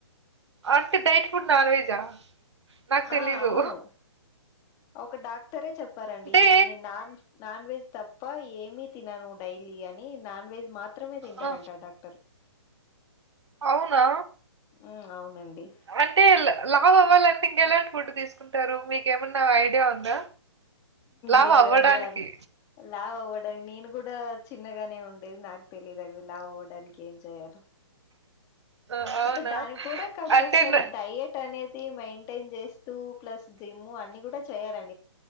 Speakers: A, on the right; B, on the left.
A: అంటే డైట్ ఫుడ్ నాన్ వెజా నాకు తెలీదు
B: ఆ అవును ఒక డాక్టరే చెప్పారండి
A: అంటే
B: ఈ నేను నాన్ నాన్ వెజ్ త ప్ప ఏమీ తినను డైలీ అని నాన్ వెజ్ మాత్రమే తింటారంట
A: ఆ,
B: డాక్టర్ టరు
A: అవునా
B: ఉమ్ అవునండి
A: అంటే లావ్ లా వవ్వాలంటే ఇంకెలాంటి ఫుడ్ తీసుకుంటారు మీకేమన్నా ఐడియా ఉందా లావు
B: లేదండి
A: అవ్వడానికి
B: అ లావవ్వడానికి నేను కూడా చిన్నగానే ఉండేది నాకు తెలియదు మీరు లావవ్వడానికి ఏం చేయాలొ
A: ఆ అవునా
B: అంటే దానికి కూడా కంపల్సరీ
A: అంటే న
B: డయ ట్ అనేది మెయింటైన్ చేస్తూ ప్లస్ జిమ్ అన్ని కూడా చేయాలండి